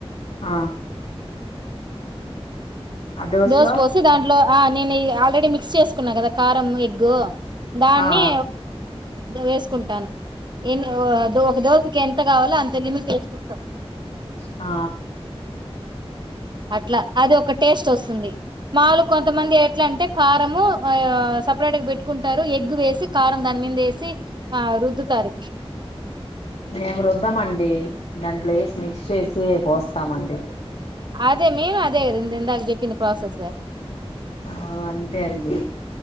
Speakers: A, on the left; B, on the right.
A: ఆ ఆ దోశలో
B: దోస పోసి దాంట్లో ఆ నేను ఆల్రెడీ మిక్స్ చేసుకున్నా కదా కారం ఎగ్ దాన్ని
A: ఆ
B: వేసుకుంటాను ఏమి ఒక దోజకి ఎంత కావాలో అంత లిమిటు ఏసుకుంటాం
A: ఆ
B: అట్లా అది ఒక టేస్ట్ వస్తుంది మాములు కొంతమంది ఎట్లా అంటే కా రము సపరేట్ గా పెట్టుకుంటారు ఎగ్ వేసి కారం దాని మీద వేసి ఆ రుద్దుతారు
A: మేము రుద్దమండి దాంట్లో ఎసి మిక్స్ చేసి పోస్ స్తామండి
B: అదే నేను అదే కదా ఇ ఇందాక చెప్పింది ప్రాసెస్
A: ఆ అంతే అండి